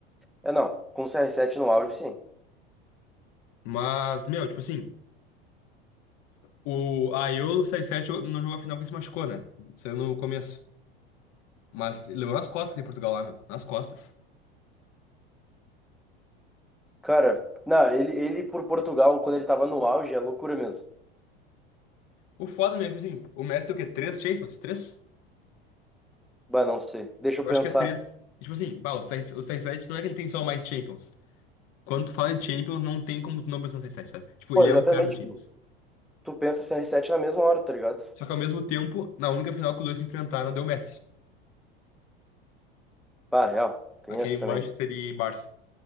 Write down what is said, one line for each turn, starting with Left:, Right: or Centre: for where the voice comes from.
Centre: É, não, com o CR7 no auge, sim.
Left: Mas, meu, tipo assim, o a Euro 6-7 não jogou a final porque se machucou, né? Saiu no começo. Mas levou nas costas de Portugal lá, meu. Nas costas.
Centre: Cara, não, ele, ele por Portugal, quando ele tava no auge, é loucura mesmo.
Left: O foda mesmo, tipo assim, o Messi tem o quê? Três Champions? Três?
Centre: Bah, não sei. Deixa
Left: Eu
Centre: eu pensar.
Left: acho que é três. E, tipo assim, bah, o 6 o 6 não é que ele tem só mais Champions. Quando tu fala em Champions, não tem como tu não pensar no 6 sete sabe? Tipo,
Centre: Pô,
Left: ele
Centre: exatamente.
Left: é o cara do Champions.
Centre: Tu pensa CR7 na mesma hora, tá ligado?
Left: Só que ao mesmo tempo, na única final que os dois se enfrentaram, deu Messi.
Centre: Pá, real. Tem
Left: Aquele
Centre: essa também.
Left: Manchester e Barça.